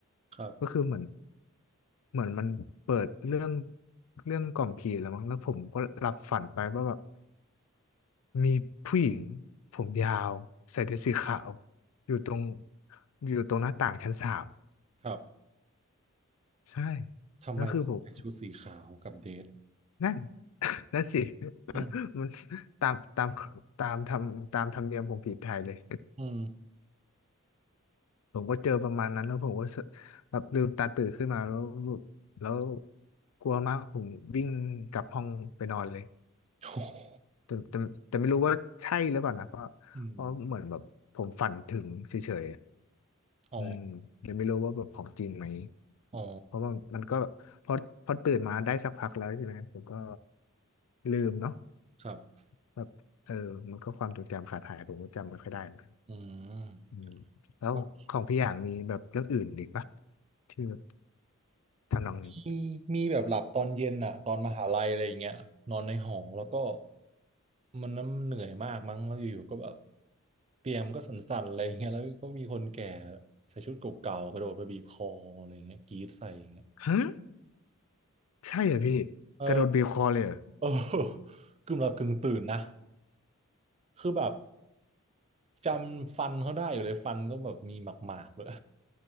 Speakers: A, on the right (about 30°); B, on the left (about 85°).
A: ครับ
B: ก็คือเหมือนเหมือนมันเปิดเรื่องเรื่องกล่อมผีแล้วมั้งแล้วผมก็หลับฝันไปว่าแบบ มีผู้หญิงผมยาวใส่เดรสสีขาวอยู่ตรงอยู่ตรงหน้าต่างชั้นสาม
A: ครับ
B: ใช่
A: ทำไมต้องใส่ชุดสีขาวกับเดท
B: แล้วคือผมนั่นนั่นสิ <laughs>
A: อืม
B: มันตามตามตามทำตามธรรมเนียมของผีไทยเลย
A: อืม
B: ผมก็เจอประมาณนั้นแล้วผมก็สะแบบลืมตาตื่นขึ้นมาแล้วแล้วกลัวมากผมวิ่งกลับห้องไปนอนเลย
A: โอ้โห
B: แต่แต่แต่ไม่รู้ว่าใช่หรือเปล่านะเพราะเพราะเหมือนแบบผมฝันถึงเฉยๆอะ
A: อืมอ๋อ
B: อืมเลยไม่รู้ว่าแบบของจริงไหม
A: อ๋อ
B: เพราะว่ามันก็พอพอตื่นมาได้สักพักแล้วใช่ไหมผมก็ลืมเนาะ
A: ครับ
B: แบบเออมันก็ความจดจำขาดหายผมก็จำไม่ค่อยได้เหมือนกัน
A: อืม
B: อืมแล้วของพี่อย่างมีแบบเรื่องอื่นอีกปะ
A: บาง
B: ที่แบบทำนองนี้
A: ทีมีแบบหลับตอนเย็นอะตอนมหาลัยอะไรอย่างเงี้ยนอนในหอแล้วก็มันน้ำเหนื่อยมากมั้งแล้วอยู่ๆก็แบบเตียงมนก็สั่นๆอะไรอย่างเงี้ยแล้วก็มีคนแก่ใส่ชุดเก่าๆกระโดดมาบีบคออะไรอย่างเงี้ยกรี๊ดใส่อย่างเงี้ย
B: ฮะใช่เหรอพี่
A: เออ
B: กระโดดบีบคอเลยเหรอ
A: เออกึ่งหลับกึ่งตื่นนะคือแบบจำฟันเขาได้อยู่เลยฟันก็แบบมีหมากๆเลย